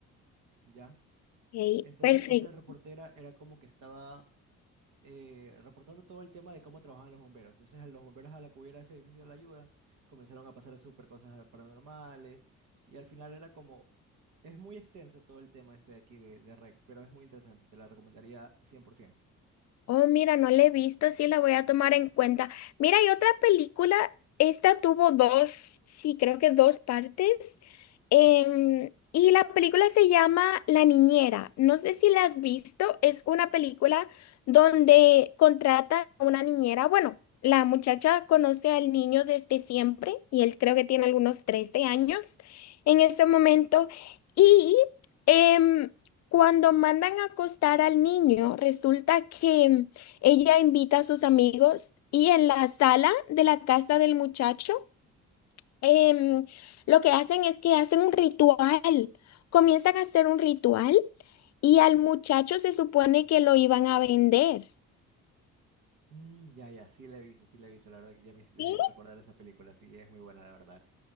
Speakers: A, on the right; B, on the left.
A: ¿ya?
B: Ok,
A: Entonces
B: perfecto.
A: esa reportera era como que estaba eh, reportando todo el tema de cómo trabajaban los bomberos. Entonces, a los bomberos a la que hubiera ese edificio de la ayuda, comenzaron a pasar súper cosas eh, paranormales y al final era como... Es muy extensa todo el tema este de aquí de, de REC, pero es muy interesante, te la recomendaría 100%.
B: Oh, mira, no la he visto, sí la voy a tomar en cuenta. Mira, hay otra película, esta tuvo dos, sí, creo que dos partes. em, y la película se llama La Niñera. No sé si la has visto, es una película donde contrata a una niñera. Bueno, la muchacha conoce al niño desde siempre y él creo que tiene algunos 13 años en ese momento. Y... em, cuando mandan a acostar al niño, resulta que ella invita a sus amigos y en la sala de la casa del muchacho, em, lo que hacen es que hacen un ritual. Comienzan a hacer un ritual y al muchacho se supone que lo iban a vender.
A: Mm, ya, ya, sí la he visto, sí la he visto, la verdad que ya me hiciste
B: Sí,
A: recordar esa película, sí, es muy buena, la verdad.